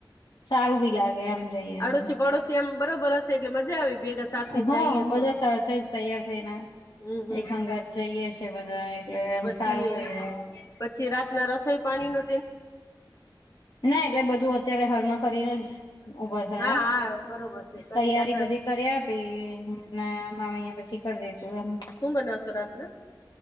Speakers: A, on the left; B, on the left.
A: સારું બી લાગે એમ. જઈએ
B: આડોશી
A: તો
B: પડોશી એમ બરોબર જ એટલે મજા આવે ભેગા સાથે
A: હા
B: જાઈએ
A: બધા
B: તો
A: સાથે જ તૈયાર થઈને
B: હમ-હમ,
A: એક હંગાત જઈએ છે બધા એટલે એમ
B: પછી-પછી
A: સારું બી રહે
B: રાતના રસોઈ પાણી નો
A: ના એટલે બધું અત્યારે હાલમાં કરીને જ ઉભા થયા
B: હા હા બરોબર છે કરી
A: તૈયારી
B: નાતા
A: બધી કરી આપી ને મામીએ પછી કરી દીધું એમ
B: શું બનાવશો રાતના?